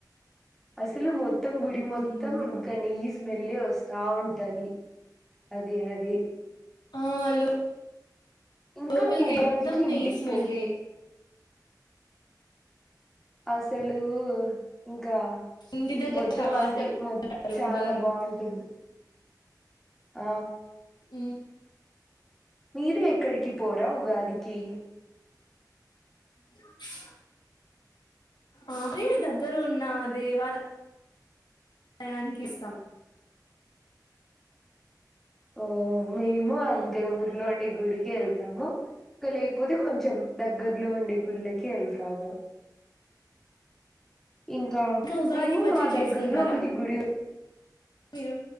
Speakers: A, in the centre; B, on the left.
A: అసలు మొత్తం గుడి మొత్తం
B: ఉమ్.
A: ఇంకా నెయ్యి స్మెలే వస్తా ఉంటది అది అది
B: ఆ అలు
A: ఇంకా
B: లోపోలికి
A: ఉగాదికి
B: మొత్తం నేయి
A: ఇంటికి
B: స్మెల్లె
A: పో అసలు ఇన్ కా
B: ఇంటి దగ్గర
A: మొత్తం
B: శవాజారు
A: అసలు మొం చాలా
B: ఉగాది
A: బాగుంటుంది ఆ
B: మ్మ్
A: మీరే ఎక్కడికి పోరా ఉగాదికి
B: <inaudible> ఆ అయ దగ్గర ఉన్న దేవాలయం నయాన్ కి ఇస్తాం
A: ఓ మేము అంతే ఊర్లో ఉండే గుడికి వెళ్తాము ఇంకా లేకపోతే కొంచెం దగ్గర్లో ఉండే గుళ్ళకి వెళ్తాము ఇంకా
B: ఉగాది
A: మేము
B: పచ్చడి
A: మా దగ్గర్లో
B: చేసుకుంటారా
A: ఒకటి గుడి ఉన్
B: మీరు